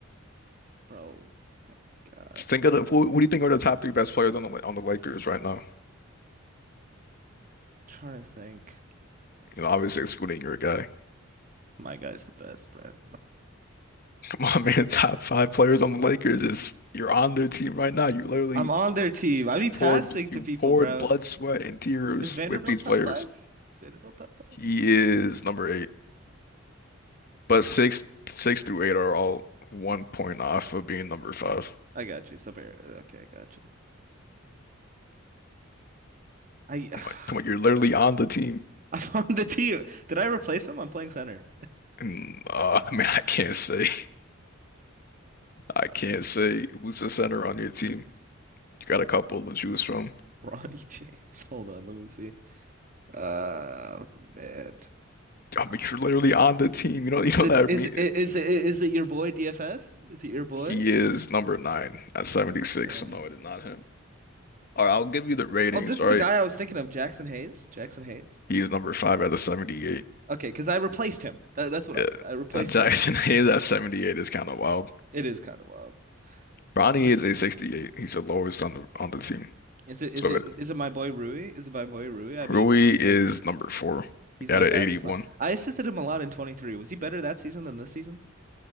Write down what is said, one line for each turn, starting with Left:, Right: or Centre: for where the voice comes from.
Right: bro. My God,
Left: Just think of the, who, who do you think are the top three best players on the on the Lakers right now?
Right: I'm trying to think.
Left: You know, obviously excluding your guy.
Right: My guy's the best, bro.
Left: <laughs> Come on, man. <laughs> Top five players on the Lakers is you're on their team right now. You
Right: <laughs>
Left: literally
Right: I'm on their team. I
Left: you
Right: be
Left: poured
Right: passing
Left: bl- you
Right: to people,
Left: poured
Right: bro.
Left: blood, sweat, and tears
Right: Is Vanderbilt
Left: with these
Right: top
Left: players.
Right: five? Is Vanderbilt top five?
Left: He is number eight, but six six through eight are all one point off of being number five.
Right: I got you. So, okay, I got you. I <sighs>
Left: Come on, come on. You're literally on the team,
Right: <laughs> I found the team. Did I replace him? I'm playing center.
Left: and uh, <laughs> I mean, I can't say I can't say who's the center on your team. You got a couple to choose from.
Right: <laughs> Bronny James. Hold on, let me see. Uh, man.
Left: I mean, you're literally on the team. You know, you
Right: Is
Left: know
Right: it
Left: that
Right: is
Left: I mean?
Right: it is it is it your boy DFS? Is it your boy?
Left: He is number nine at 76.
Right: Damn.
Left: So no, it is not him. All right, I'll give you the ratings.
Right: Oh, this
Left: All
Right: is
Left: right,
Right: the guy I was thinking of, Jackson Hayes. Jackson Hayes.
Left: he is number five at the 78.
Right: Okay, because I replaced him. That, that's what
Left: Yeah,
Right: I did. I replaced
Left: that Jackson
Right: him.
Left: <laughs> Hayes at 78 is kind of wild.
Right: It is kind of wild.
Left: Bronny
Right: Is
Left: is
Right: it
Left: a 68. He's the lowest on the on the team.
Right: is it is
Left: So
Right: it
Left: it,
Right: is it my boy Rui? Is it my boy Rui? I'd
Left: Rui
Right: be assisting
Left: is
Right: him.
Left: number four
Right: He's
Left: at
Right: my
Left: an
Right: guy.
Left: 81.
Right: He's my. I assisted him a lot in 23. Was he better that season than this season?